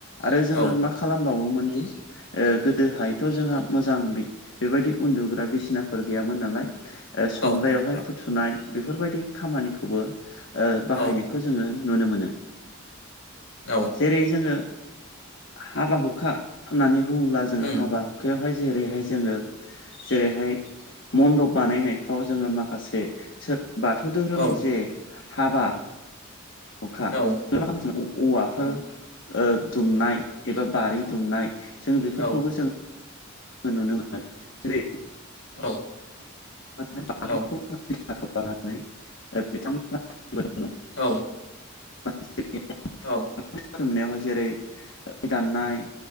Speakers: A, on the left; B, on the left.
A: आरो जोङो
B: औ
A: मासे खालामबावोमोनदि ओ गोदोहाय थ' जोंहा मोजां बेबायदि उन्दुग्रा बिसिनाफोर गैयामोन नालाय संग्रायावहाय
B: औ नोंथां
A: फुथुनाय बेफोरबायदि खामानिखौबो बाहायनायखौ
B: औ
A: जोङो नुनो मोनो
B: औ
A: जेरै जोङो हाबा हुखा होननानै बुङोब्ला जोङो
B: उम
A: हाबा हुखा अखायावहाय जेरैहाय जोङो जेरैहाय मन्दप बानायनायफ्राव जोङो माखासे बाथौ धोरोमनि
B: औ
A: जे हाबा अखा
B: औ
A: ज औवाफोर
B: औ
A: दुमनाय एबा बारि दुमनाय जोङ बेफोरखौबो
B: औ
A: जोङो नुनो मोनो जेरै
B: औ
A: म बाथौखौ
B: औ
A: लानानै बिथांमोनामोन
B: औ
A: ब
B: औ
A: रुमनायावहाय जेरै दाननाय